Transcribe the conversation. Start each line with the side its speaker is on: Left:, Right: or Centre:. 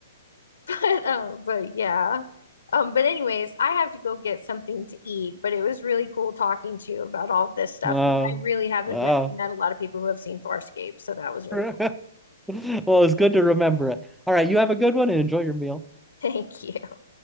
Left: <laughs> But um, but yeah. Um, but anyways, I have to go get something to eat, but it was really cool talking to you about all of this stuff.
Centre: Uh,
Left: I really haven't
Centre: uh.
Left: met, met a lot of people who have seen Farscape, so that was really
Centre: <laughs>
Left: cool.
Centre: Well, it's good to remember it. All right, you have a good one and enjoy your meal.
Left: <laughs> Thank you.